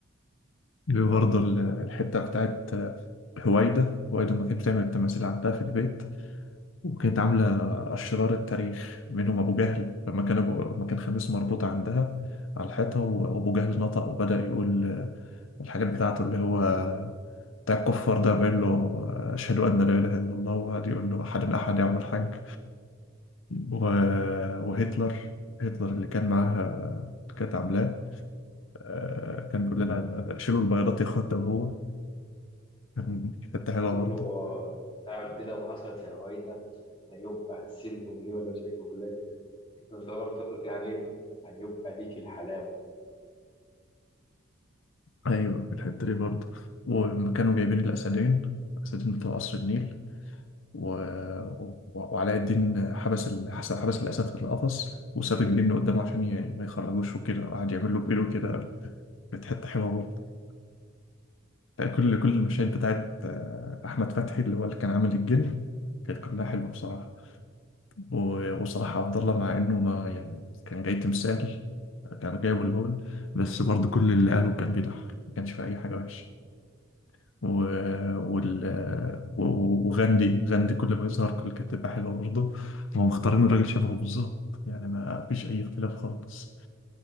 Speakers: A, on the left (about 75°); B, on the left (about 25°).
A: برضه ال- الحتة بتاعت هوايدا هوايدا ما كانت بتعمل التماثيل عندها في البيت وكانت عاملة أشرار التاريخ منهم أبو جهل لما كان أبو... لما كان خميس مربوط عندها على الحيطة و- وأبو جهل نطق وبدأ يقول آه، الحاجات بتاعته اللي هو بتاع الكفار ده بيقول له آه، أشهد أن لا إله إلا الله وقعد يقول له أحد أحد يعمل حج و... وهتلر هتلر اللي كان معاها اللي كانت عاملاه آه، كان بيقول لنا شيلوا البيضات يا اخوات ده وهو كان كانت
B: قلت
A: حلوة
B: له
A: برضه
B: آه، تعرف دي لو حصلت يا هويدا ده يبقى سلب ليه ولا مش هكذب ليه طبعا قلت له يعني ايه يقول هيبقى ليك الحلاوه
A: ايوه بالحته دي برضه ولما كانوا جايبين الاسدين الاسدين بتوع قصر النيل و... و... وعلاء الدين حبس ال... حس- حبس الاسد في القفص وساب الجن قدامه عشان ي... ما يخرجوش وكده وقعد يعمل له بإيده كده كانت حته حلوه برضه كل كل المشاهد بتاعت آه، احمد فتحي اللي هو اللي كان عامل الجن كانت كلها حلوه بصراحه و... وصراحه عبد الله مع انه ما يعني كان جاي تمثال كان جايبه الهول بس برضه كل اللي قاله كان بيضحك ما كانش في اي حاجه وحشه و... وال... و... و- وغاندي غاندي كل ما يظهر كل كانت تبقى حلوة برضه هم مختارين راجل شبهه بالظبط يعني ما فيش أي اختلاف خالص